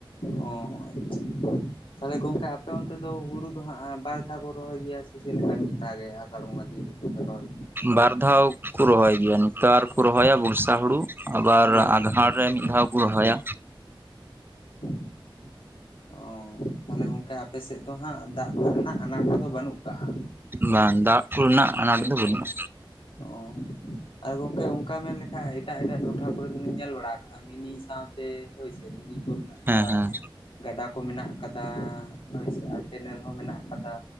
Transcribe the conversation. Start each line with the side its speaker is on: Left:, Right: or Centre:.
Left: ᱚ ᱟᱪᱪᱷᱟ ᱛᱟᱦᱚᱞᱮ ᱜᱚᱝᱠᱮ ᱟᱯᱮ ᱚᱱᱛᱮ ᱫᱚ ᱦᱩᱲᱩ ᱦᱟᱸᱜ ᱵᱟᱨ ᱫᱷᱟᱣ ᱠᱚ ᱨᱚᱦᱚᱭ ᱜᱮᱭᱟ ᱥᱮ ᱪᱮᱫ ᱞᱮᱠᱟ ᱢᱤᱫ ᱫᱷᱟᱣ ᱜᱮ ᱟᱥᱟᱲ ᱵᱚᱸᱜᱟ ᱫᱤᱭ ᱨᱚᱦᱚᱭ ᱜᱮᱭᱟ
Right: ᱵᱟᱨ ᱫᱷᱟᱣ ᱠᱚ ᱨᱚᱦᱚᱭ ᱜᱮᱭᱟ ᱱᱤᱛᱟᱨ ᱨᱚᱦᱚᱭᱟ ᱵᱚᱨᱥᱟ ᱦᱩᱲᱩ ᱟᱵᱟᱨ
Left: ᱦᱳᱭ
Right: ᱟᱸᱜᱷᱟᱲ ᱨᱮ ᱢᱤᱫ ᱫᱷᱟᱣ ᱠᱚ ᱨᱚᱦᱚᱭᱟ
Left: <inaudible> ᱚ ᱛᱟᱦᱚᱞᱮ ᱜᱚᱝᱠᱮ ᱟᱯᱮ ᱥᱮᱫ ᱫᱚ ᱦᱟᱸᱜ ᱫᱟᱜ ᱠᱚᱨᱮᱱᱟᱜ ᱟᱱᱟᱴ ᱠᱚᱫᱚ ᱵᱟᱹᱱᱩᱜ ᱠᱟᱜᱼᱟ?
Right: ᱵᱟᱝ ᱫᱟᱜ ᱠᱚᱨᱮ ᱱᱟᱜ ᱟᱱᱟᱴ ᱫᱚ ᱵᱟᱹᱱᱩᱜᱼᱟ᱾
Left: ᱚ ᱮ ᱜᱚᱝᱠᱮ ᱚᱱᱠᱟ ᱢᱮᱱᱞᱠᱷᱟ ᱮᱴᱟᱜ ᱮᱴᱟᱜ ᱴᱚᱴᱷᱟ ᱠᱚᱨᱮ ᱫᱚᱞᱤᱧ ᱧᱮᱞ ᱵᱟᱲᱟ ᱠᱟᱜᱼᱟ, ᱢᱤᱱᱤ ᱥᱟᱶᱛᱮ ᱦᱳᱭ ᱥᱮ ᱢᱤᱱᱤ ᱠᱚ ᱢᱮᱱᱟᱜ
Right: ᱦᱮᱸ
Left: ᱟᱨ
Right: ᱦᱮᱸ
Left: ᱜᱟᱰᱟ ᱠᱚ ᱢᱮᱱᱟᱜ ᱟᱠᱟᱫᱟ ᱦᱳᱭᱥᱮ ᱟᱨ ᱠᱮᱱᱮᱞ ᱦᱚᱸ ᱢᱮᱱᱟᱜ ᱠᱟᱫᱟ᱾